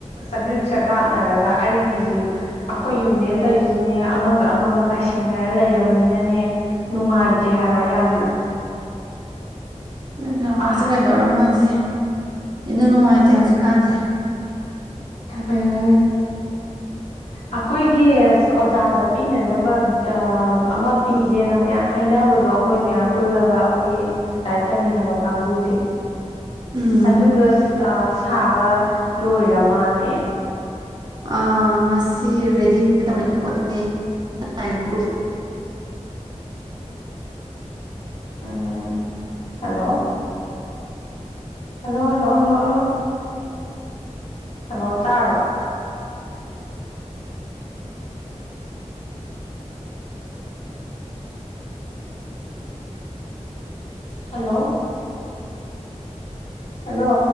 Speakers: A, on the left; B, on the right.
A: ꯆꯛ ꯆꯒꯥꯛꯅꯔꯒ ꯑꯩꯒꯤꯁꯨ ꯑꯩꯈꯣꯏ ꯌꯨꯝꯅꯦ ꯑꯇꯩꯁꯤꯅꯦ ꯑꯃꯒ ꯑꯃꯒ ꯇꯥꯏꯁꯤꯟꯅꯔ ꯂꯩꯔꯕꯅꯤꯅꯅꯦ ꯅꯨꯡꯉꯥꯏꯇꯦ ꯍꯥꯏꯕ ꯍꯥꯏꯕꯥ ꯌꯥꯝꯅ
B: ꯅꯦ ꯋꯥꯁꯦ
A: ꯑꯥ
B: ꯀꯩꯗꯧꯔꯝꯃꯣ ꯈꯪꯁꯦ ꯅꯨꯡꯉꯥꯏꯇꯦ ꯍꯧꯖꯤꯛꯀꯥꯟꯁꯦ
A: ꯎꯝ ꯑꯈꯣꯏꯒꯤ ꯑꯣꯖꯥꯗ ꯄꯤꯅꯅꯕ ꯑꯃ ꯄꯤꯖꯦꯅ ꯃꯌꯥꯝ ꯍꯥꯏꯅꯕꯗꯣ ꯑꯈꯣꯏ ꯃꯌꯥꯝ ꯄꯨꯜꯂꯒ ꯑꯈꯣꯏꯒꯤ ꯂꯥꯏꯔꯤꯛ ꯇꯝꯃꯤꯟꯅꯕ ꯀꯥꯡꯕꯨꯁꯤꯡ
B: ꯎꯝ
A: ꯑꯗꯨꯗ ꯑ ꯁꯥꯕ ꯂꯣꯏꯔ ꯃꯥꯅꯦ
B: ꯑꯥ ꯉꯁꯤ ꯔꯦꯗꯤ <unintelligible>
A: ꯎꯝ hello hello hello hello hello hello ꯇꯥꯔꯕ ꯍꯜꯂꯣ ꯍꯜꯂꯣ